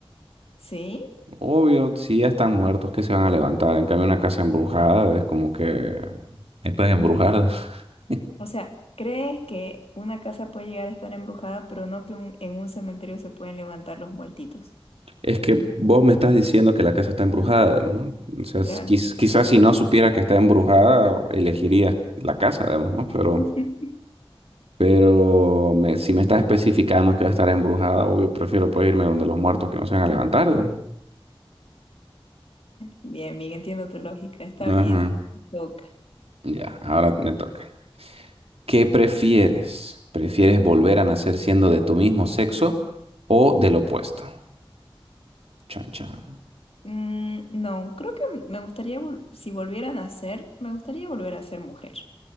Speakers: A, on the left (about 75°); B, on the right (about 85°).
A: ¿Sí?
B: Obvio, si ya están muertos, que se van a levantar? En cambio, una casa embrujada es como que me pueden embrujar. <laughs>
A: O sea, ¿crees que una casa puede llegar a estar embrujada, pero no que un- en un cementerio se pueden levantar los muertitos?
B: Es que vos me estás diciendo que la casa está embrujada, ¿no? O sea, es-
A: Claro.
B: quiz- quizás si no supiera que está embrujada, elegiría la casa, además, ¿no? Pero,
A: <laughs>
B: pero me- si me estás especificando que va a estar embrujada, obvio, prefiero pues irme donde los muertos que no se van a levantar,
A: Bien, bien, entiendo tu lógica, está
B: ¿no?
A: bien.
B: Ajá.
A: Toca.
B: Ya, ahora me toca. ¿Qué prefieres? ¿Prefieres volver a nacer siendo de tu mismo sexo o del opuesto? Chan, chan.
A: Mm, no, creo que me gustaría, vol- si volvieran a ser, me gustaría volver a ser mujer,